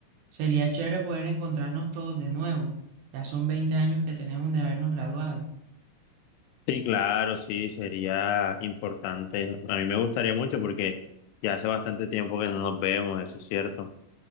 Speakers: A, on the right (about 80°); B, on the left (about 85°).
A: sería chévere poder encontrarnos todos de nuevo. Ya son 20 años que tenemos de habernos graduado.
B: Sí, claro, sí, sería importante. A mí me gustaría mucho porque ya hace bastante tiempo que no nos vemos, eso es cierto.